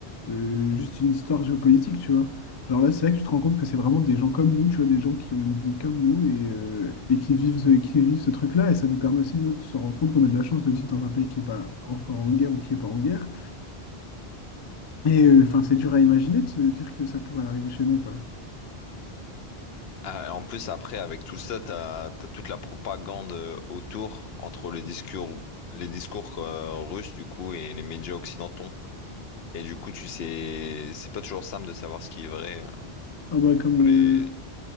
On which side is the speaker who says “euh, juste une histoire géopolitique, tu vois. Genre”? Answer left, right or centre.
Left